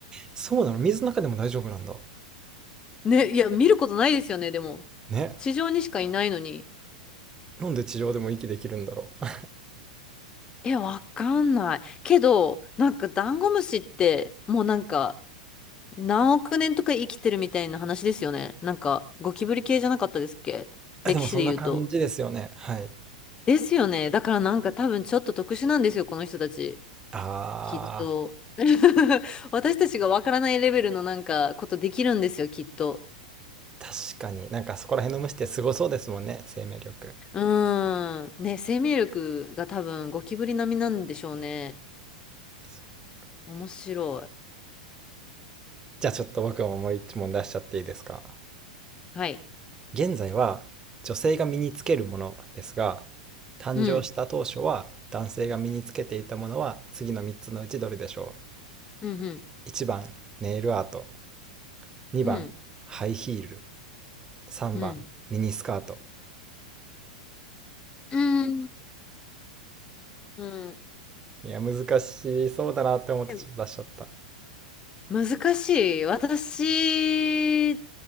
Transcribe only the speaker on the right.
そうなの、水の中でも大丈夫なんだ。
ね。
なんで地上でも息できるんだろう。
<laughs> あでも、そんな感じですよね。はい。
あ
ー、確かになんかそこら辺の虫ってすごそうですもんね、生命力。
そう
じゃあ、ちょっと僕ももう一問出しちゃっていいですか。
現在は女性が身につけるものですが、誕生した当初は男性が身につけていたものは次の3つのうちどれでしょ
う ?1 番、いちばんネイルアート。2番、
ハイヒール。3番、
ミニスカート。
いや、難しそうだなって思ってちょっと出しちゃった。